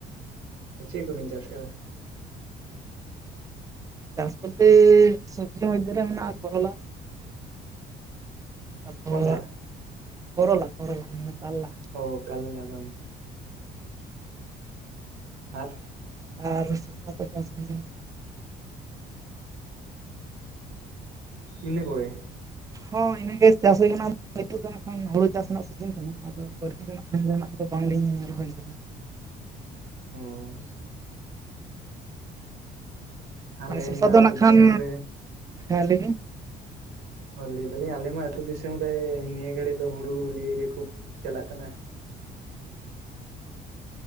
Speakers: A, on the right; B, on the right.
A: ᱪᱮᱜ ᱠᱚᱵᱤᱱ ᱪᱟᱥ ᱠᱟᱫᱟ?
B: ᱪᱟᱥ ᱵᱚᱞᱛᱮ ᱥᱚᱵᱽᱡᱤ ᱢᱚᱫᱷᱮ ᱨᱮ ᱢᱮᱱᱟᱹᱜᱼᱟ ᱠᱚᱨᱚᱞᱟ᱾ ᱛᱟᱯᱚᱨ
A: ᱠᱚᱸᱰᱷᱟ?
B: ᱠᱚᱨᱚᱞᱟ ᱠᱚᱨᱞᱟ ᱢᱟᱱᱮ ᱠᱟᱞᱞᱟ᱾
A: ᱚ ᱠᱟᱹᱞᱞᱟ ᱵᱟᱝ? ᱟᱨ
B: ᱟᱨ ᱥᱚᱥᱟ ᱠᱚ ᱪᱟᱥ ᱢᱮᱱᱟᱜᱼᱟ᱾
A: ᱤᱱᱟᱹ ᱠᱚᱜᱮ?
B: ᱦᱚᱸ ᱤᱱᱟᱹ ᱜᱮ ᱪᱟᱥ ᱦᱩᱭ ᱠᱟᱱᱟ ᱱᱤᱛᱚᱜ ᱫᱚ ᱱᱟᱸᱜ ᱠᱷᱚᱱ ᱦᱳᱲᱳ ᱪᱟᱥ ᱱᱟᱜ ᱥᱤᱡᱤᱱ ᱠᱟᱱᱟ᱾ ᱟᱫᱚ ᱵᱟᱹᱲᱛᱤ ᱫᱚ ᱱᱟᱹᱜ ᱠᱷᱟᱡ ᱡᱟᱦᱟᱱᱟᱜ ᱠᱚᱫᱚ ᱵᱟᱝᱞᱤᱧ ᱨᱚᱦᱚᱭ ᱠᱟᱫᱟ᱾
A: ᱚ ᱟᱞᱮ
B: ᱟᱨ ᱥᱚᱥᱟ
A: ᱢᱟ
B: ᱫᱚ
A: ᱟᱹᱛᱩ
B: ᱱᱟᱜ ᱠᱷᱟᱱ,
A: ᱫᱤᱥᱚᱢ ᱨᱮ
B: ᱦᱮᱸ ᱞᱟᱹᱭᱵᱤᱱ᱾
A: ᱚ ᱞᱟᱹᱭ ᱫᱟᱞᱤᱧ ᱟᱞᱮᱢᱟ ᱟᱹᱛᱩ ᱫᱤᱥᱚᱢ ᱨᱮ ᱱᱤᱭᱟᱹ ᱜᱷᱟᱹᱲᱤᱡ ᱫᱚ ᱦᱩᱲᱩ ᱞᱤᱭᱮ ᱜᱮ ᱠᱚ ᱪᱟᱞᱟᱜ ᱠᱟᱱᱟ᱾